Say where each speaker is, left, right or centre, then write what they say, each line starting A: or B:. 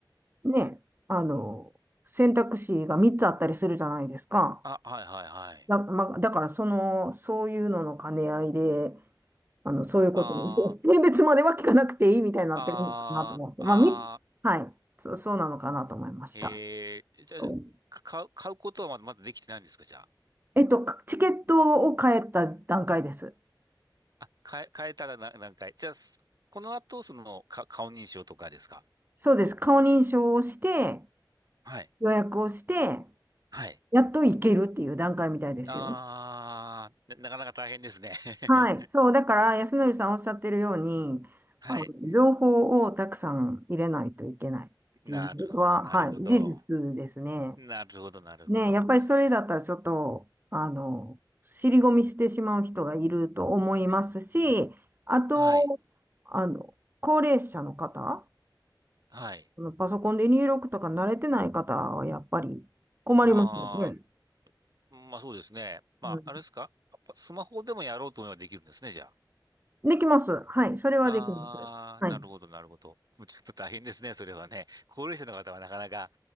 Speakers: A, on the right; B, on the right.
A: う、ね、あの、選択肢が3つあったりするじゃないですか。
B: あ、はい、はい、はい。
A: だ、まあ、だから、その、そういうのの兼ね合いで、あの、そういうことに、
B: あ
A: <laughs> 性別までは聞かなくていいみたいになってるのかなと思って。
B: あ、ああ、
A: まあ、み、
B: ああ、
A: はい。そ、そうなのかなと思いました。
B: ええ、
A: そう。
B: じゃあ、じゃあか買う、買うことはまだ、まだできてないんですか、じゃあ。
A: えっと、チケットを買えた段階です。
B: あ、変え、変えたらな何回。じゃあ、すこの後、その、か、顔認証とかですか。
A: そうです。顔認証をして、
B: はい
A: 予約をして、
B: はい。
A: やっと行けるっていう段階みたいですよ。
B: あーな、なかなか大変ですね。<laughs>
A: はい。そう。だから、安則さんおっしゃってるように、
B: はい。
A: あの、情報をたくさん入れないといけないっていうことは、
B: なるほど、なるほど。
A: はい。事実ですね。
B: なるほど、なるほど。
A: ね、やっぱりそれだったらちょっと、あの、尻込みしてしまう人がいると思いますし、あと、
B: はい。
A: あの、高齢者の方、
B: はい。
A: あのパソコンで入力とか慣れてない方はやっぱり困りますよね。
B: あーまあそうですね。まあ、
A: うん
B: あれですかパパスマホでもやろうと思えばできるんですね、じゃあ。
A: できます。はい。それはできます。
B: あーなるほど、
A: はい。
B: なるほど。もうちょっと大変ですね、それはね。高齢者の方はなかなか